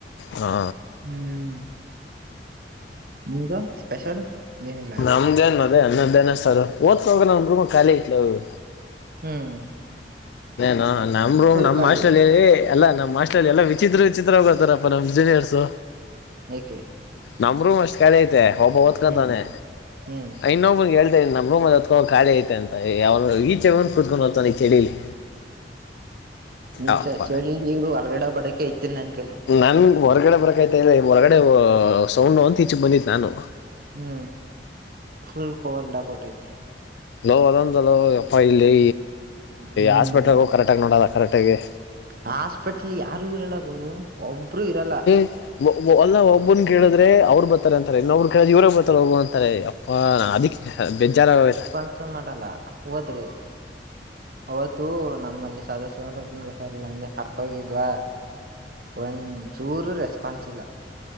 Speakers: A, on the left; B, on the right.
A: ಹಾ
B: ಹ್ಮ್ ನಿಮ್ದು ಸ್ಪೆಷಲ್ ಏನಿಲ್ಲ
A: ನಿಮ್ದು ಏನ್ ಮತ್ತ ಅದೇ ಅನ್ನದ್ದೇನ ಸಾರು ಓದ್ಕೋ ಹೋಗು ನಮ್ ರೂಮ್ ಖಾಲಿ ಐತಿ ಹೋಗು
B: ಹ್ಮ್
A: ನು ನಮಗೂ ರೂ
B: ಫುಲ್
A: ನಮ್ಮ್
B: ಖಾಲಿ
A: ಹಾಸ್ಟೆಲ್ಲಿ ಅಲ್ಲ ನಮ್ಮ್ ಹಾಸ್ಟೆಲ್ಲಿ ಇ ಎಲ್ಲ ವಿಚಿತ್ರ ವಿಚಿತ್ರ ಹೋಗತಾರಪ್ಪ ನಮ್ಮ ಇಂಜಿನಿಯರ್ಸ್
B: ಯಾಕೆ
A: ನಮ್ರೂಮ ಅಷ್ಟ್ ಖಾಲಿ ಐತೆ ಒಬ್ಬ ಓದ್ಕತಾನೆ
B: ಹ್ಮ್ ಹ್ಮ್
A: ಇನ್ನೊಬ್ಬ ನಮ್ಮ ರೂಮಲ್ಲಿ ಓದಿಕೊ ಖಾಲೀ ಐತೆ ಅಂತ ಯ ಅವರು ಈಚೆ ಹೋಗಿ ಕುತ್ಕೊಂಡ ಹೋಗ್ತಾನೆ ಈ ಚಳಿಲಿ
B: ನಿನ್
A: ಅಪ್ಪ
B: ಚರ್ಚೆ ಹೇಳಿ ನೀರು ಹೊರಗಡೆ ಬಡಕೆ ಐತಿಲ್ ನನ್ ಕೈಲಿ
A: ನನ್ ಹೊರಗಡೆ ಬರಕಾಯ್ತ ಇಲ್ಲಾ ಹೊರಗಡೆ ಸೌಂಡ್ ಅಂತ ಈಚ್ಚು ಬಂದಿದ್ದ ನಾನು
B: ಹ್ಮ್ ಫುಲ್ ಕೋಲ್ಡ್ ಆಗಿಬಿಟೈತೇ
A: ನೋ ಅದೊಂದುಲೋ ಅಪ್ಪ ಇಲ್ಲಿ
B: ಹ್ಮ್
A: ಹಾಸ್ಪಿಟಲ್ಗೂ ಕರೆಕ್ಟಗಿ ನೋಡದ ಕರೆಕ್ಟಗಿ
B: ಹಾಸ್ಪೆಟ್ಲ್ ಯಾರು ಇರಲ್ಲ ಗುರು ಒಬ್ರು ಇರಲ್ಲ
A: <inaudible> ಒಲ್ಲ ಒಬ್ಬನ್ ಕೇಳಿದ್ರೆ ಅವ್ರು ಬರ್ತಾರೆ ಅಂತಾರೆ ಇನ್ನೊಬ್ ಕೇಳ ಇವ್ರಗ್ ಬರ್ತಾರ ಹೋಗು ಅಂತಾರೆ ಅದಕ್ಕೆ ಬೇಜಾರ ಆಗಿ ಹೋಗೈತೆ
B: ರಿಸೀವ್ ಮಾಡಲ್ಲ ಹೋದ್ರಿ ಅವತ್ತು ನಮ್ಮಲ್ಲಿ ಸದಾಶಿವ ಒಬ್ಬಿಗೆ ಹುಷಾರ ಇರಲಿಲ್ಲ ಹಂಗೆ ಕರ್ಕೊಂಡ್ ಹೋಗಿದ್ವಾ ಒಂಚೂರು ರೆಸ್ಪಾನ್ಸ್ ಇಲ್ಲ